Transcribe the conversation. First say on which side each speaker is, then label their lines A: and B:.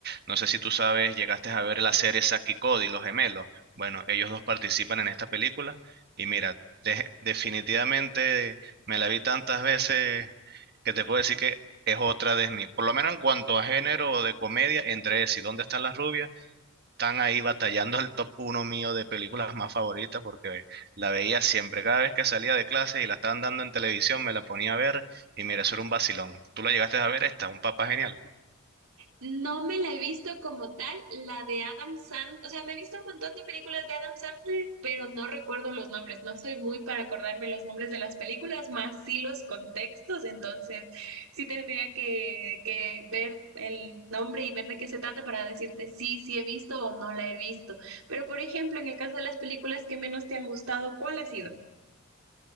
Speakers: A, on the right (about 45°); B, on the right (about 75°).
A: no sé si tú sabes, llegaste a ver la serie Zack y Cody, Los Gemelos. Bueno, ellos dos participan en esta película y mira, de- definitivamente me la vi tantas veces que te puedo decir que es otra de mis, por lo menos en cuanto a género de comedia, entre ese y ¿Dónde están las rubias? están ahí batallando el top uno mío de películas más favoritas porque la veía siempre. Cada vez que salía de clase y la estaban dando en televisión, me la ponía a ver y mira, eso era un vacilón. ¿Tú la llegaste a ver esta? Un papá genial.
B: No me la he visto como tal, la de Adam Sandler, o sea, me he visto un montón de películas de Adam Sandler, pero no recuerdo los nombres, no soy muy para acordarme los nombres de las películas, más sí los contextos, entonces sí tendría que, que ver el nombre y ver de qué se trata para decirte sí, sí he visto o no la he visto. Pero, por ejemplo, en el caso de las películas que menos te han gustado, ¿cuál ha sido?